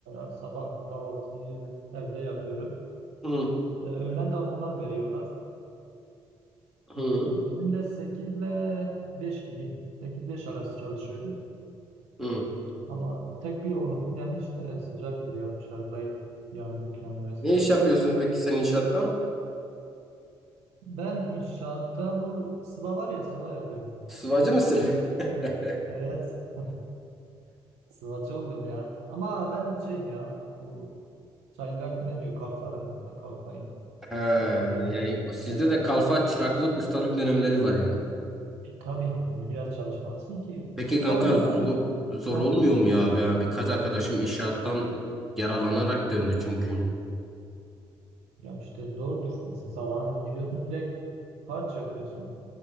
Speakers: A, on the right; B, in the centre.
A: Ee, sabah kahvaltıyı evde yapıyoruz.
B: Hı,
A: Ee, öğlen de onlar veriyorlar.
B: hı,
A: Ee, Bizim de 8 ile 5 gibi. sekiz beş arası çalışıyorduk.
B: hı.
A: Ama tek bir olumsuz yani işte sıcaktır ya dışarıdayız. Yandık yani resmen.
B: Ne iş yapıyorsun peki sen inşaatta?
A: Ben inşaatta bu sıva var ya sıva yapıyorum.
B: Sıvacı mısın? <laughs>
A: Evet. <laughs> Sıvacı oldum ya. Ama ben şeyim ya. Bu çaylak ne diyor kalfalarım. Ne kalfayım.
B: He,
A: Ben daha öğrenemedim.
B: yani o- sizde
A: Evet.
B: de kalfa çıraklık ustalık dönemleri var yani.
A: E, tabii yani biraz çalışmalısın ki
B: Peki
A: usta
B: kanka
A: olduğunda
B: zor,
A: artık
B: zor
A: Heh,
B: olmuyor mu ya abi? Yani birkaç arkadaşım inşaattan yaralanarak döndü çünkü.
A: ya işte zordur. Mesela sabahın giriyorsun direkt harç yapıyorsun.